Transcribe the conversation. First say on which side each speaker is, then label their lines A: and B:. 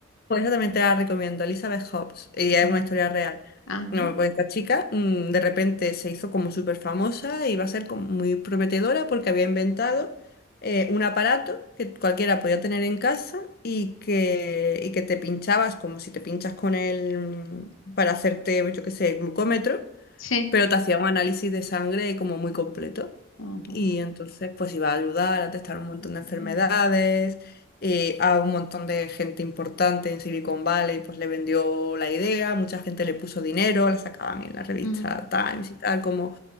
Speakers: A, on the left; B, on the left.
A: Por eso también te la recomiendo, Elizabeth Hobbs, y es
B: Ah,
A: una historia real.
B: Ajá.
A: No, pues esta chica mm, de repente se hizo como súper famosa y va a ser como muy prometedora porque había inventado eh, un aparato que cualquiera podía tener en casa y que, y que te pinchabas como si te pinchas con él mm, para hacerte, yo qué sé, glucómetro.
B: Sí.
A: Pero te hacía un análisis de sangre como muy completo
B: Ajá.
A: y entonces pues iba a ayudar a testar un montón de enfermedades,
B: Ujú,
A: eh, a un montón de gente importante en Silicon Valley pues le vendió la idea, mucha gente le puso dinero, la sacaban en la revista
B: ujú.
A: Times y tal como,